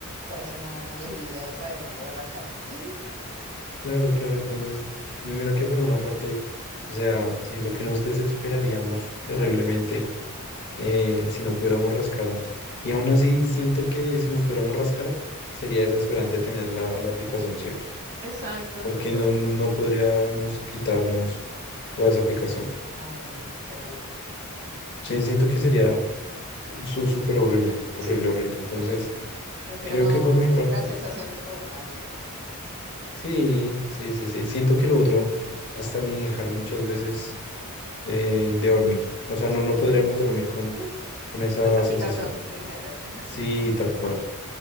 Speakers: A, on the right; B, on the left.
A: por eso no, no elegiría esa de no poder rascar. <laughs>
B: claro, claro, entonces, y mira que por una parte, o sea, siento que nos desesperaríamos terriblemente
A: Ay, sí.
B: eh, si no pudiéramos rascarnos. Y aún así, siento que si nos pudiéramos rascar, sería desesperante tener la, la picazón siempre,
A: Exacto, entonces,
B: porque no, no, no podríamos quitarnos toda esa picazón.
A: Ay, sí, qué horrible.
B: Sí,
A: qué horror.
B: siento que sería Su- Súper horrible, horrible,
A: Sí, sí,
B: horrible.
A: sí.
B: Entonces,
A: <laughs> Prefiero
B: creo
A: no
B: que por mi parte,
A: la sensación de estornudar y ya.
B: sí, sí, sí, sí. Siento que lo otro, hasta ni dejar muchas veces eh, de dormir. O sea,
A: Sí.
B: no, no podríamos dormir con,
A: <laughs>
B: con esa
A: Con esa
B: sensación.
A: picazón. Sí, exacto. <laughs>
B: Sí, tal cual.